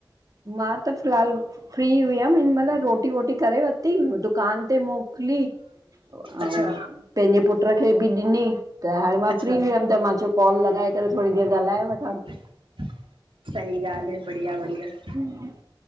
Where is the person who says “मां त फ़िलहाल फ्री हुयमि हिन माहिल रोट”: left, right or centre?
Right